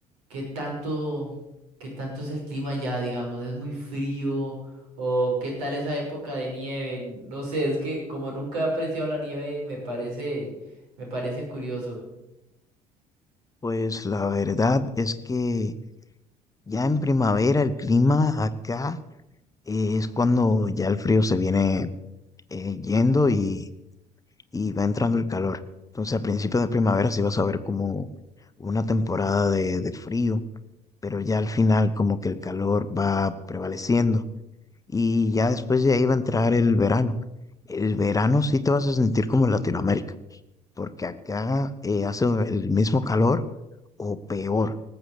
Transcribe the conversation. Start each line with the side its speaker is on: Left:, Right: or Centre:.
Right: ¿Qué tanto, qué tanto es el clima allá, digamos? ¿Es muy frío? ¿O qué tal esa época de nieve? No sé, es que como nunca he apreciado la nieve, me parece, me parece curioso.
Left: Pues la verdad es que ya en primavera el clima acá eh, es cuando ya el frío se viene eh, yendo y, y va entrando el calor. Entonces, a principios de primavera sí vas a ver como una temporada de, de frío, pero ya al final como que el calor va prevaleciendo y ya después de ahí va a entrar el verano. El verano sí te vas a sentir como en Latinoamérica, porque acá eh, hace el mismo calor o peor.